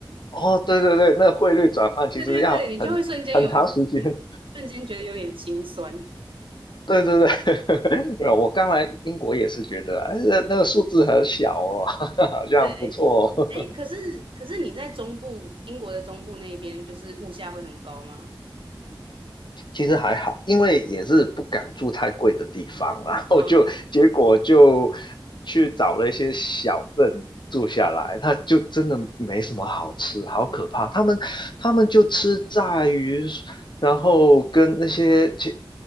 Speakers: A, on the left; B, on the right.
A: 哦，对对对，那汇率转换其实要很很长时间。
B: 对对对，你就会瞬间有一 <laughs>
A: <laughs>
B: 瞬间觉得有点心酸。
A: 对对对，<laughs> 没有，我刚来英国也是觉得，哎，那那个数字很小哦，<laughs> 好像不错哦
B: 对，哎，可是可是你在中部，英国的中部那边，就是物价会很高吗？
A: 其实还好，因为也是不敢住太贵的地方啊，<laughs> 然后就结果就
B: 嗯，
A: 去找了一些小镇住下来，那就真的没什么好吃，好可怕。他们他们就吃炸鱼，然后跟那些青